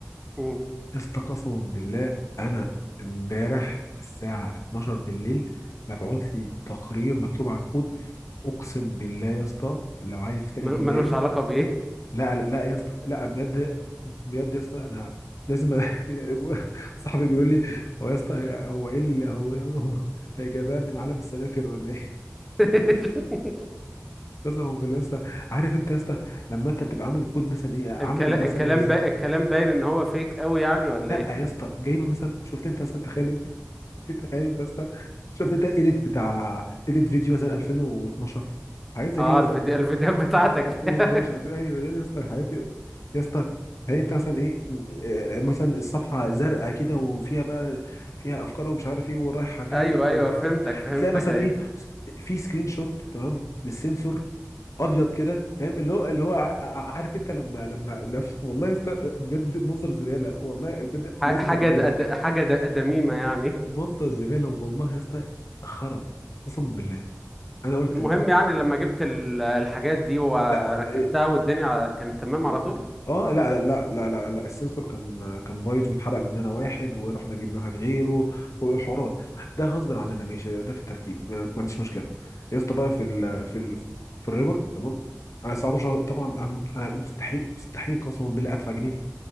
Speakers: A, in the centre; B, on the left.
A: مم.
B: يا اسطى قسما بالله انا امبارح الساعه 12 بالليل مبعوت لي تقرير مكتوب على الكود اقسم بالله يا اسطى لو عايز في تاني
A: مل-
B: ابتدائي
A: ملوش علاقة بإيه
B: لا لا لا يا اسطى لا بجد بجد يا اسطى انا لازم <laughs> صاحبي بيقول لي هو يا اسطى هو ايه اللي هو هو <laughs> هو جابها من عالم السنافر ولا ايه
A: <laughs>
B: قسما بالله يا اسطى عارف انت يا اسطى لما انت تبقى عامل كود مثلا ايه عامل
A: الكلام
B: مثلا
A: الكلام
B: بريزنت
A: با... الكلام باين ان هو فيك قوي يعني ولا
B: لا
A: ايه
B: يا اسطى جايبه مثلا شفت انت مثلا تخيل انت <laughs> تخيل انت يا اسطى شفت انت اديت بتاع اديت فيديو مثلا 2012 حاجات زي
A: اه
B: كده يا
A: الفيديو
B: اسطى بتاعت
A: الفيديوهات بتاعتك دي
B: 2012
A: <laughs>
B: ده ايوه ده يا اسطى حاجات يا يا اسطى هي انت مثلا ايه م- آه، مثلا الصفحه زرقاء كده وفيها بقى فيها افكار ومش عارف ايه ورايحه جايه
A: ايوه
B: وفي
A: ايوه فهمتك فهمتك
B: تلاقي مثلا
A: ايوه
B: ايه في سكرين شوت تمام للسنسور ابيض كده فاهم اللي هو اللي هو ع- ع- عارف انت لما لما لما- <laughs> والله يا اسطى بجد منظر زباله والله بجد
A: ح-
B: لازم
A: حاجة
B: اوريهولك
A: د... د- حاجة د... دميمة يعني
B: منظر زباله والله يا اسطى خرا قسما بالله انا قلت
A: المهم
B: بقى
A: يعني لما جبت ال- الحاجات دي وركبتها
B: لا إيه-
A: والدنيا كانت تمام
B: إيه.
A: على طول
B: اه لا لا لا لا لا, لا. السنسور كان كان بايظ واتحرق مننا واحد ورحنا جبنا واحد غيره والحوارات ده غصب عننا ماشي ده في التركيب ما ما عنديش مشكله يا اسطى بقى في ال في ال في الريبورت تمام انا 19 طبعا أم- انا مستحيل مستحيل قسما بالله ادفع جنيه